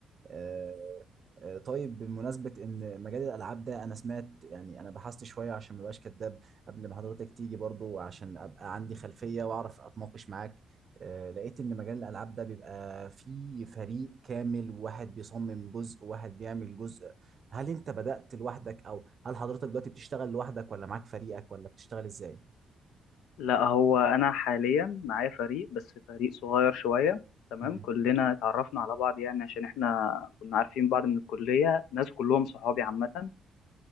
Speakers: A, on the right; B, on the left.
A: آه، آه، طيب بمناسبة إن مجال الألعاب ده أنا سمعت يعني أنا بحثت شوية عشان ما بقاش كداب قبل ما حضرتك تيجي برضو عشان أبقى عندي خلفية وأعرف أتناقش معاك آه، لقيت إن مجال الألعاب ده بيبقى فيه فريق كامل وواحد بيصمم جزء وواحد بيعمل جزء هل أنت بدأت لوحدك أو هل حضرتك دلوقتي بتشتغل لوحدك ولا معاك فريقك ولا بتشتغل إزاي؟
B: لا هو انا حاليا معايا فريق بس فريق صغير شويه تمام
A: مم.
B: كلنا اتعرفنا على بعض يعني عشان احنا كنا عارفين بعض من الكليه ناس كلهم صحابي عامه